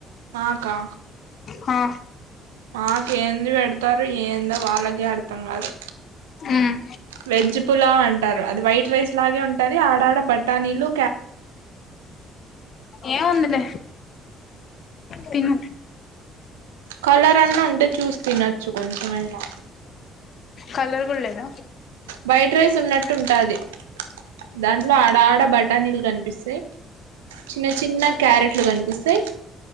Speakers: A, on the right (about 85°); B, on the left (about 55°).
A: మాకా
B: ఆ
A: మాకెంది పెడ్ తరు ఏందో వాళ్ళకే అర్థంకాదు
B: హ్మ్
A: వెజ్ పులావ్ అం టారు అది వైట్ రైస్ లాగే ఉంటది ఆడా ఆడ బటానీలు
B: ఏం ఉందిలె తిను
A: కలరన్న ఉంటె చూస్ తినచ్చు కొంచం అయినా
B: కలర్ గూడ లేదా
A: వైట్ రైస్ ఉన్నట్టుంటాది దాంట్లో ఆడాడ బట్ ణీలు గన్పిస్తాయి చిన్న చిన్న క్యారెట్లు గనిపిస్తాయి